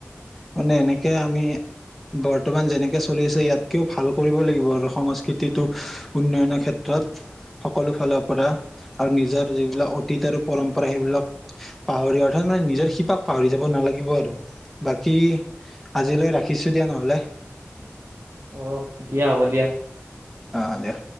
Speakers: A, in the centre; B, on the right.
A: মানে এনেকে আমি বৰ্তমান যেনেকে চলি আছো ইয়াতকেও ভাল কৰিব লাগিব আৰু সংস্কৃতিটো উন্নয়নৰ ক্ষেত্ৰত সকলো ফালৰ পৰা আৰু নিজৰ যিবিলাক অতীত আৰু পৰম্পৰা সেইবিলাক পাহৰি অৰ্থাৎ মানে নিজৰ শিপাক পাহৰি যাব নালাগিব আৰু বাকী আজিলৈ ৰাখিছো দিয়া নহ'লে
B: অ দিয়া হ'ব দিয়া
A: অ দিয়া